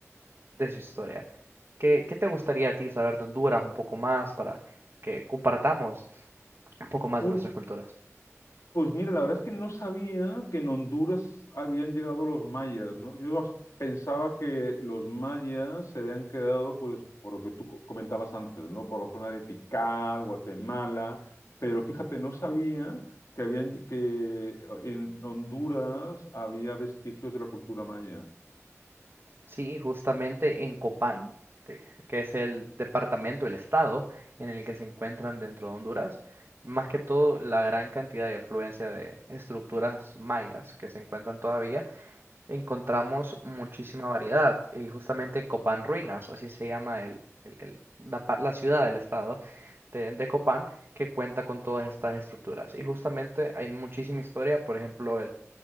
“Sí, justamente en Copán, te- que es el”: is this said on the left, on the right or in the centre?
Right